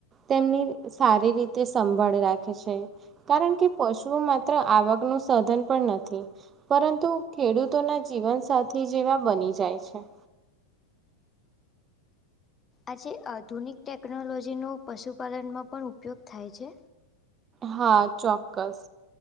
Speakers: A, on the right; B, on the left.
A: તેમની સારી રીતે સંભાળ રાખે છે. કારણ કે પશુઓ માત્ર આવકનું સાધન નથી. પરંતુ ખેડૂતોના જીવનસાથી જેવા બની જાય છે.
B: આજે આધુનિક ટેકનોલોજીનો પશુપાલનમાં પણ ઉપયોગ થાય છે.
A: હા, ચોક્કસ.